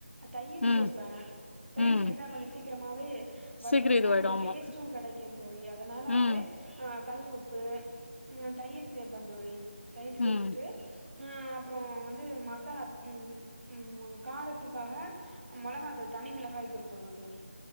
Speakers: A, on the right; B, on the left.
A: தயிர்
B: ம்
A: சேப்பே தயிர்
B: ம்
A: சேந்தா கொஞ்ச சீக்கிரமாவே வதங்கிடு
B: சீக்கிர இதுவாயிடு
A: கொஞ்ச
B: ஆமா
A: டேஸ்ட்டூ கெடைக்கு தோழி அதனால வந்து
B: ம்
A: ஆ கல் உப்பு ம் நா தயிரு சேப்பேந்தோழி தயிர் சேத்துட்டு
B: ம்
A: நா அப்றோ வந்து மசாலா ம் ம்ம காரத்துக்காக மொளகா தூள் தனி மிளகாய் தூள் போடுவ தோழி